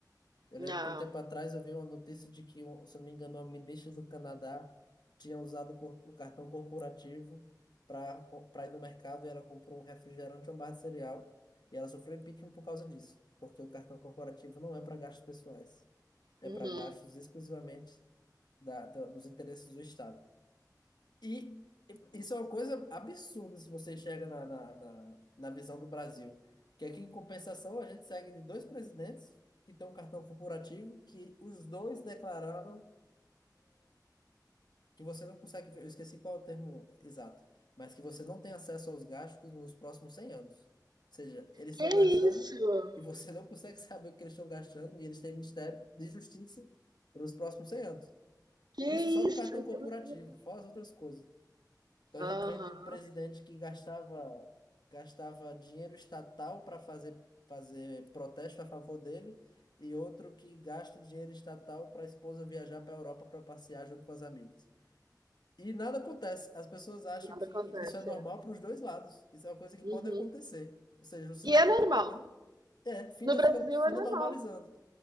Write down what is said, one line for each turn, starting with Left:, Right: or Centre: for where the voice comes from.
Left: Eu
Right: Não.
Left: lembro que um tempo atrás eu vi uma notícia de que, um- se eu não me engano, uma ministra do Canadá tinha usado o cor- o cartão corporativo para para ir no mercado e ela comprou um refrigerante e uma barra de cereal e ela sofreu impeachment por causa disso, porque o cartão corporativo não é para gastos pessoais, é
Right: Uhum.
Left: para gastos exclusivamente da, da- dos interesses do Estado. E isso é uma coisa absurda se você chega na, na, na, na visão do Brasil. Que aqui, em compensação, a gente segue de dois presidentes que têm um cartão corporativo que os dois declararam que você não consegue, eu esqueci qual é o termo exato, mas que você não tem acesso aos gastos nos próximos 100 anos. Ou seja, eles estão
Right: Que
Left: gastando
Right: isso?
Left: e você não consegue <laughs> saber o que eles estão gastando e eles têm Ministério de Justiça pelos próximos 100 anos.
Right: Que
Left: Isso só no
Right: isso?
Left: cartão corporativo,
Right: Que loucura.
Left: fora as outras coisas. Então a gente
Right: Aham.
Left: vem de um presidente que gastava, gastava dinheiro estatal para fazer, fazer protesto a favor dele, e outro que gasta dinheiro estatal para a esposa viajar para a Europa para passear junto com as amigas. E nada acontece. As pessoas acham
Right: Nada
Left: que
Right: acontece.
Left: isso é normal
Right: é.
Left: para os dois lados. Isso é uma coisa que
Right: Uhum.
Left: pode acontecer. Ou seja, o cidadão
Right: E é
Left: está
Right: normal.
Left: pagando. É, finda,
Right: No Brasil
Left: fica, finda
Right: é normal.
Left: normalizando.